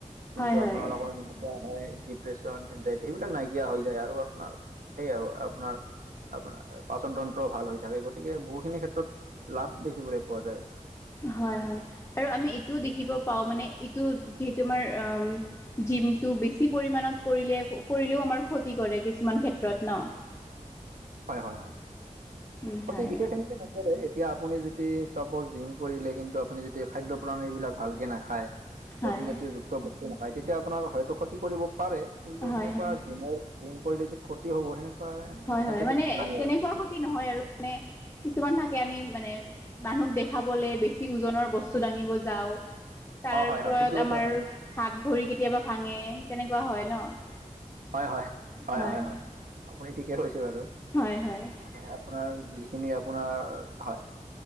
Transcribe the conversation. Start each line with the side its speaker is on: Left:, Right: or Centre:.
Left: হয়
Right: কিন্তু
Left: হয় হয়
Right: আপোনালোকৰ <unintelligible> হয় ডিপ্ৰেচন, এনজাইটি সেইবিলাক নাইকিয়া হৈ যায় আৰু আপোনাৰ সেইয়া আৰু আপোনাৰ <unintelligible> আপোনাৰ পাচনতন্ত্ৰ ভাল হৈ থাকে। গতিকে বহুখিনি ক্ষেত্ৰত লাভ দেখিবলৈ পোৱা যায়, আচলতে। <unintelligible>
Left: হয়-হয়, আৰু আমি এইটোও দেখিব পাওঁ মানে এইটো যিহেতু আমাৰ আহ উম <unintelligible> জিমটো বেছি পৰিমানত কৰিলে-কৰিলেও আমাৰ ক্ষতি কৰে কিছুমান ক্ষেত্ৰত ন? <unintelligible>
Right: হয়-হয়-হয়।
Left: উম
Right: ক্ষতি
Left: হয়
Right: বিশেষ এনেকে নকৰে এতিয়া আপুনি যদি <unintelligible> যদি চাপ'জ জিম কৰিলে কিন্তু আপুনি যেতিয়া খাদ্য প্ৰণালীবিলাক ভালকে নাখায়,
Left: হয়
Right: প্ৰটিন জাতীয় <unintelligible> <unintelligible> বস্তু নাখায় তেতিয়া আপোনাৰ হয়তো ক্ষতি কৰিব পাৰে কিন্তু
Left: হয়
Right: সেনেকুৱা
Left: হয়
Right: জিমৰ কৰিলে যে ক্ষতি হ'ব সেনেকুৱা
Left: হয়
Right: চাইণ্টিফিক
Left: হয় মানে
Right: নাই
Left: তেনেকুৱা
Right: আৰু। <unintelligible>
Left: ক্ষতি নহয় আৰু মানে কিছুমান থাকে আমি মানে মানুহক দেখাবলে বেছি ওজনৰ বস্তু <unintelligible> <unintelligible> বস্তু দাঙিব যাওঁ, তাৰ
Right: অ হয়
Left: ওপৰত
Right: হয় সেইটো কথা
Left: আমাৰ
Right: হয়।
Left: হাত ভৰি কেতিয়াবা ভাঙে তেনেকুৱা হয় ন? <unintelligible>
Right: হয়-হয়-হয়-হয়-হয়।
Left: হয়
Right: <unintelligible> আপুনি ঠিকে কৈছে বাৰু
Left: হয় হয়
Right: মানে আপোনাৰ যিখিনি আপোনাৰ হয় <unintelligible>